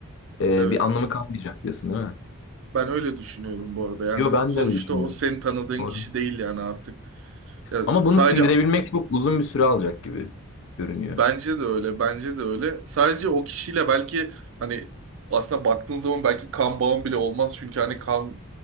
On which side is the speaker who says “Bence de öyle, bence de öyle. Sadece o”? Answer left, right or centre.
Right